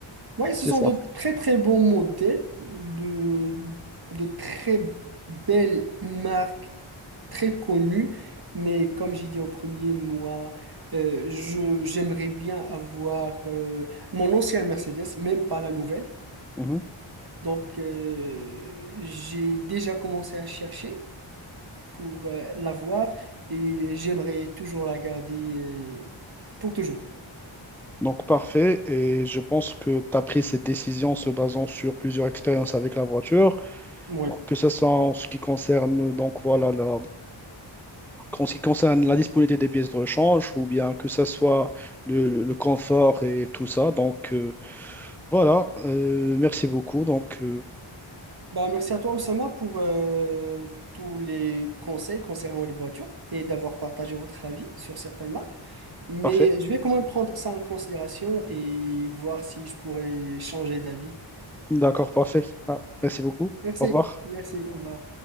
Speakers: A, on the right; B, in the centre.
A: Oui, ce
B: c'est
A: sont
B: ça.
A: de très très bons modèles, de, de très belles marques très connu, mais comme j'ai dit en premier, moi, euh, je, j'aimerais bien avoir euh, mon ancienne Mercedes, même pas la nouvelle.
B: Mhm.
A: Donc, euh, j'ai déjà commencé à chercher pour euh, l'avoir et j'aimerais toujours la garder euh, pour toujours.
B: Donc, parfait. Et je pense que tu as pris cette décision en se basant sur plusieurs expériences avec la voiture,
A: Oui.
B: Donc, que ce soit en ce qui concerne, donc, voilà, la, en ce qui concerne la disponibilité des pièces de rechange ou bien que ce soit le, le- le confort et tout ça. Donc, euh, voilà. Euh, merci beaucoup. Donc, euh,
A: Bah, merci à toi, Oussama, pour euh, tous les conseils concernant les voitures et d'avoir partagé votre avis sur certaines marques. Mais
B: parfait.
A: je vais quand même prendre ça en considération et voir si je pourrais changer d'avis.
B: D'accord, parfait. Ah, merci beaucoup.
A: Merci,
B: Au revoir.
A: merci, on va.